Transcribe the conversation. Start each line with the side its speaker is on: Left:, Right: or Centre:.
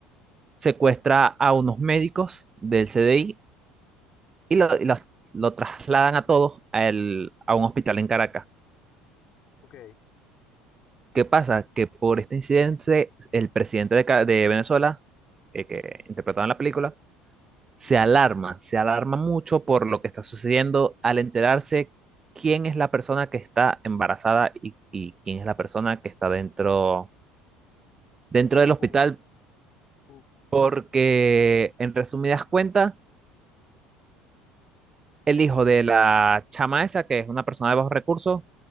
Right: secuestra a unos médicos del CDI y, lo- y los- lo trasladan a todos a el- a un hospital en Caracas
Left: ok.
Right: ¿Qué pasa? Que por este incidente, el presidente de, ca- de Venezuela, eh, que interpretaba en la película, se
Left: ujú.
Right: alarma, se alarma mucho por lo que está sucediendo al enterarse quién es la persona que está embarazada y, y quién es la persona que está dentro, dentro
Left: Uf,
Right: del hospital,
Left: uf. ts-
Right: porque en resumidas cuentas, el hijo de la chama esa, que es una persona de bajos recursos,